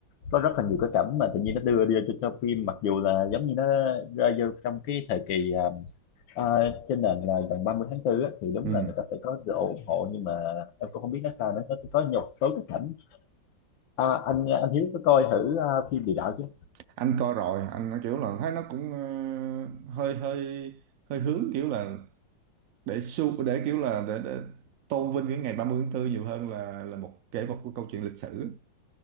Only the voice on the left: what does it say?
có rất là nhiều cái cảnh mà tự nhiên nó đưa đưa cho, cho phim mặc dù là giống như nó rơi vô trong cái thời kỳ à, à, trên nền là gần 30 tháng 4 á, thì đúng
là người ta sẽ có sự ủng hộ nhưng mà em cũng không biết nó sao nữa nó có một số cái cảnh à, anh anh Hiếu có coi thử à, phim địa đạo chứ